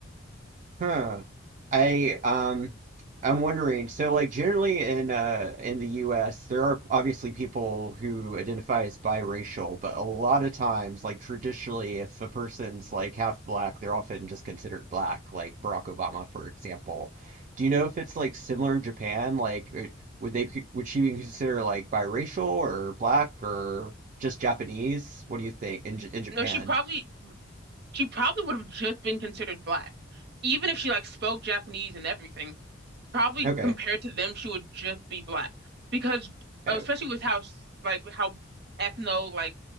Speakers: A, on the right (about 40°); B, on the right (about 55°).
A: Huh. I um I'm wondering, so like generally in uh in the US there are obviously people who identify as biracial, but a lot of times, like traditionally, if a person's like half black, they're often just considered black, like Barack Obama, for example. Do you know if it's like similar in Japan? Like it- would they would she be considered like biracial or black or just Japanese? What do you think in J in Japan?
B: No, she probably she probably would have just been considered black, even if she like spoke Japanese and everything. probably
A: Okay.
B: compared to them, she would just be black because especially
A: Okay.
B: with how like how ethno like